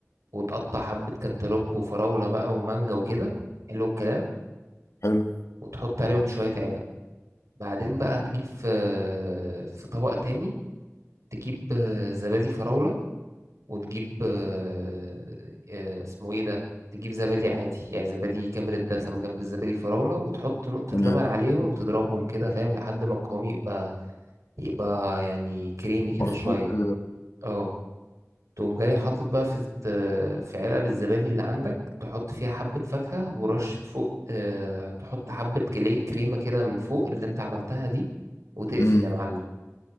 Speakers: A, on the right (about 80°); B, on the left (about 70°).
A: وتقطع حبة كانتالوب وفراولة بقى ومانجا وكده حلو الكلام
B: حلو
A: وتحط عليهم شوية عنب بعدين بقى تجيب في آه، في طبق تاني تجيب آه، زبادي فراولة وتجيب آه، آه، اسمه ايه ده تجيب زبادي عادي يعني زبادي كامل الدسم جنب الزبادي فراولة وتحط نقطة
B: تمام
A: لبن عليهم وتضربهم كده فاهم لحد ما القوام يبقى يبقى يعني كريمي كده
B: مخفوق
A: شوية اه تقوم جاي حاطط بقى في الت- في علب الزبادي اللي عندك تحط فيها حبة فاكهة ورشة فوق اه تحط حبة كلي- كريمة كده من فوق اللي انت عملتها دي وتقفل
B: امم
A: يا معلم